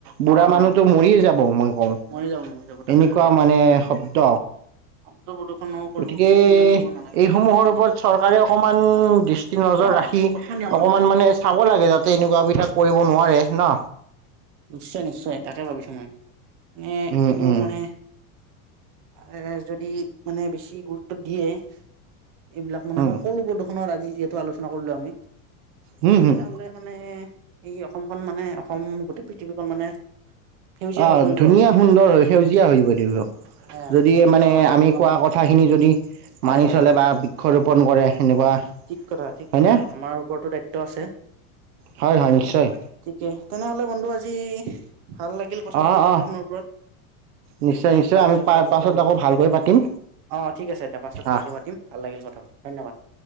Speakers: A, on the right (about 85°); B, on the right (about 45°).
A: বুঢ়া
B: অ
A: মানুহতটো মৰিয়ে যাব মই কওঁ
B: মৰি যাব মৰি যাব তাকে
A: এনেকুৱা
B: তাকে
A: মানে শব্দ
B: শব্দ প্ৰদূষণো কৰিব
A: গতিকে
B: মানে কৰিব নালাগে
A: এইসমূহৰ ওপৰত চৰকাৰে অকণমান সু দৃস্ট কি নজৰ
B: অ
A: ৰাখি
B: কঠোৰ নিয়ম
A: অকনমান
B: ল'ব লাগে
A: মানে চাব লাগে য তেনেকুৱা বিলাক কৰিব নোৱাৰে ন
B: নিশ্চয় নিশ্চয় তাকে ভাবিছো মই নে
A: উম
B: এইবোৰ
A: উম
B: মানে এ এ যদি মানে বেছি গুৰুত্ব দিয়ে এইবিলাক মানে
A: উম
B: সকলোবোৰ দোষ নৰ আজি যিহেতু আলোচনা কৰিলো আমি
A: হম হম
B: এহলে মানে এই অসমখন মানে অক অসম গোটেই পৃথিৱীখন মানে সেউজীয়া
A: অ
B: হৈ পৰিব
A: ধুনীয়া
B: আৰু
A: সুন্দৰ হৈ সেউজীয়া হৈ যাব দেউ
B: এ
A: যদি
B: সেউজীয়াময়
A: মানে
B: কৰাটো
A: আমি কোৱা
B: আমাৰ
A: কথাখিনি যদি
B: হয়
A: মানি
B: হয়
A: চলে
B: হয়
A: বা বৃক্ষ ৰোপণ কৰে। সেনেকুৱা
B: ঠিক কথা, ঠিক
A: হয়নে
B: কথা, আমাৰ ওপৰতো দায়িত্ব আছে,
A: হয় হয় নিশ্চয়
B: ঠিকে তেনে হ'লে বন্ধু আজি ভাল লাগিল কথা পাতি
A: অ
B: প্ৰদূষনৰৰ
A: অ
B: ওপৰত,
A: নিশ্চয়
B: মানে
A: নিশ্চয়
B: ভালকে
A: আমি পা
B: চৰ্চিত
A: পাছত
B: কৰিলোঁ
A: আকৌ ভালকৈ পাতিম
B: অ' ঠিক আছে, এতিয়া পাছত ভালকে
A: আহ
B: পাতিম ভাল লাগিল কথা পাতি, ধন্যবাদ।